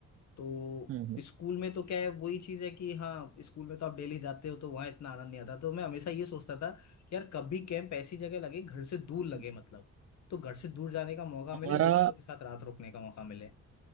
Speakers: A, on the left (about 65°); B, on the right (about 50°).
A: तो
B: हम्म
A: स्कूल में तो क्या है वही चीज है कि हाँ स्कूल में तो आप डेली जाते हो तो वहाँ इतना आनंद नहीं आता तो मैं हमेशा ये सोचता था कि यार कभी कैंप ऐसी जगह लगे घर से दूर लगे
B: हम्म
A: मतलब तो घर से दूर जाने का मौका
B: हमारा
A: मिले दोस्तों के साथ रात रुकने का मौका मिले